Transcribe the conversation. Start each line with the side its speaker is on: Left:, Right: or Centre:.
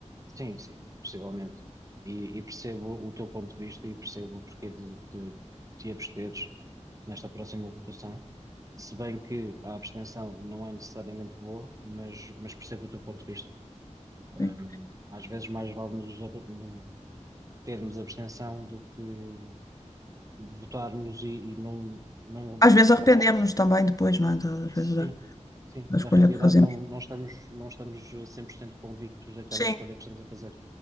Right: Sim, sim, possivelmente. E, e percebo o teu ponto de vista e percebo o porquê de, de te absteres nesta próxima votação. Se bem que a abstenção não é necessariamente boa, mas, mas percebo o teu ponto de vista. Hum,
Left: Sim.
Right: às vezes mais vale nos, ab- no- termos abstenção do que votarmos e, e não, não.
Left: Às vezes arrependemos-nos também depois, não é? Da- Às
Right: Sim,
Left: vezes da,
Right: sim.
Left: da
Right: Na
Left: escolha
Right: realidade,
Left: que fazemos.
Right: não, não estamos, não estamos 100% convictos daquela
Left: Sim.
Right: escolha que estamos a fazer.